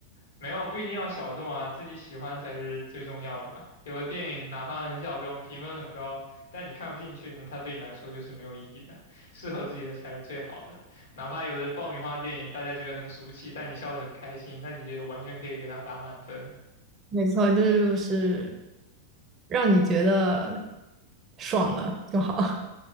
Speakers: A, on the left; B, on the right.
A: 没有，不一定要小众啊，自己喜欢才是最重要的嘛。有的电影哪怕很小众，评分很高，但你看不进去，那它对你来说就是没有意义的。适合自己的才是最好的。哪怕有的爆米花电影，大家觉得很俗气，但你笑得很开心，那你就完全可以给它打满分。
B: 没错，这就是让你觉得爽了就好。<laughs>